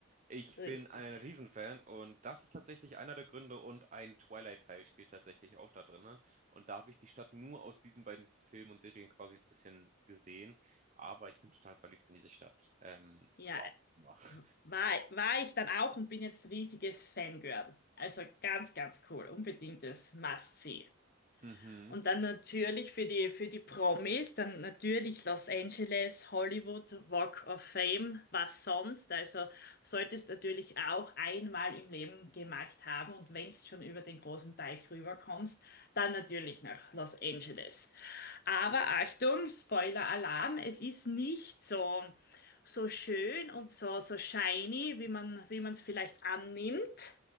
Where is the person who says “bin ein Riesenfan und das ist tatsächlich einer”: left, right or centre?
Right